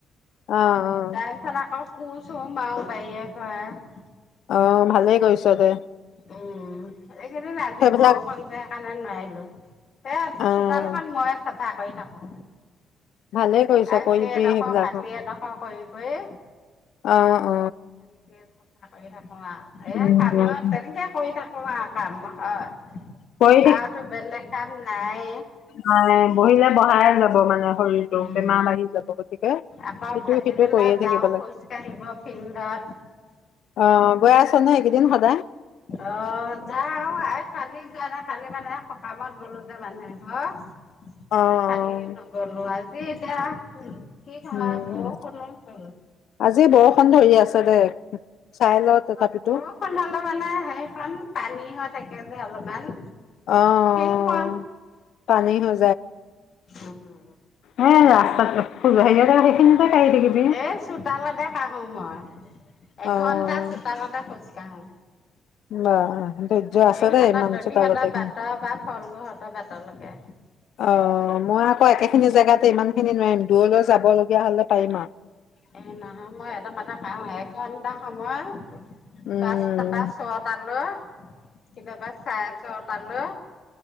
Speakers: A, on the left; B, on the left.
A: অ অ
B: তাৰ পিছত আকৌ কোৰ চোৰ মাৰো বাৰীয়ে ঘৰে
A: অ ভালেই কৰিছ দে।
B: উম এইকেইদিন আজি
A: সেইবিলাক
B: বৰষুণ যে সেইকাৰণে নোৱাৰিলো সেয়া
A: অ',
B: চোতালখন মই চাফা কৰি থাকো
A: ভালেই কৰিছ
B: আজি
A: কৰিবি
B: এডোখৰ
A: সেইবিলাক
B: কালি এডোখৰ কৰি কৰি
A: অ অ
B: তেনেকে চফা কৰি থাকো আও এ
A: উম,
B: কাম তেনেকে কৰি থাকো আও কাম হয়
A: কৰি
B: আৰুতো বেলেগ কাম নাই
A: নাই বহিলে বহাই যাব মানে শৰীৰটো
B: উম
A: বেমাৰ বাঢ়ি যাব গতিকে
B: আকৌ
A: ইটো
B: ভাটিবেলা
A: সিটো কৰিয়ে থাকিব
B: যাওঁ
A: লাগে
B: খোজ কাঢ়িব ফিল্ডত
A: অ গৈ আছনে এইকেইদিন সদায়
B: অ যাও আই কালি যোৱা নাই কালি মানে সকামত গলো যে মানুহ এঘৰৰ
A: অ', অ'।
B: সেই কালি নগলো আজি এতিয়া কি খাই
A: উম,
B: বৰষুণো চোন
A: আজি বৰষুণ ধেৰি আছে দে চাই ল তথাপিতো
B: নহয় বৰষুণ হ'লে মানে সেইখন পানী হৈ থাকে যে অলপমান
A: অ', অ',
B: ফিল্ডখন
A: পানী হৈ
B: উম
A: সেই ৰাস্তাতো হেৰিয়তে সেইখিনিতে কাঢ়ি থাকিম
B: এই চোতালতে কাঢ়ো মই এঘন্টা
A: অ',
B: চোতালতে খোজকাঢ়ো।
A: বা ধৈৰ্য্য আছে
B: এই
A: দেই
B: ইহঁতৰ
A: ইমান
B: দলিহঁতৰ
A: চোতালত এইখন।
B: বাটৰ পৰা ফগ্লোহঁতৰ বাটৰলকে।
A: অ মই আকৌ একেখিনি জেগাতে ইমান খিনি নোৱাৰিম, দূৰলৈ যাবলগীয়া হলে পাৰিম আও
B: এ, নহয় মই এডোখৰতে কাঢ়ো একঘন্টা সময়
A: উম,
B: পাঁচটা পা ছটালৈ কেতিয়াবা চাৰে ছটালৈ।